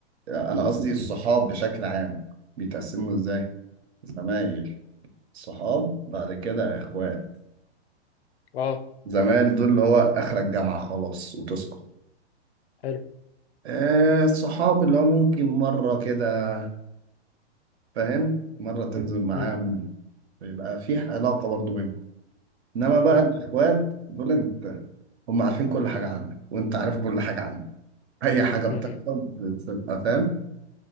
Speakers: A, on the right; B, on the left.
A: انا قصدي الصحاب بشكل عام بيتقسموا ازاي زمايل صحاب بعد كده اخوات
B: اه
A: زمايل دول اللي هو اخر الجامعه خلاص وتسكت
B: حلو
A: آه الصحاب اللي هو ممكن مره كده فاهم مره تنزل معاهم
B: امم
A: يبقى في علاقه برضه بينهم انما بقى
B: اه
A: الاخوات دول انت هم عارفين كل حاجه عنك وانت عارف كل حاجه عنك اي حاجه بتحصل
B: امم
A: بتبقى فاهم